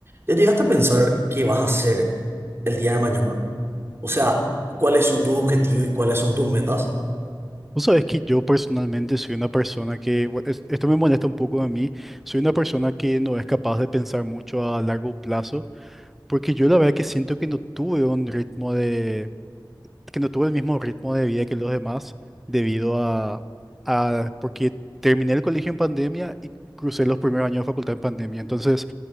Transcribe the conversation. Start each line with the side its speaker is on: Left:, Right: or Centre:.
Right: ¿Ya llegaste a pensar qué vas a hacer el día de mañana? O sea, ¿cuáles son tus objetivos y cuáles son tus metas?
Centre: Vos sabés que yo personalmente soy una persona que, bu- es- esto me molesta un poco a mí, soy una persona que no es capaz de pensar mucho a largo plazo, porque yo la verdad que siento que no tuve un ritmo de, que no tuve el mismo ritmo de vida que los demás, debido a, a, porque terminé el colegio en pandemia y crucé los primeros años de facultad en pandemia. Entonces,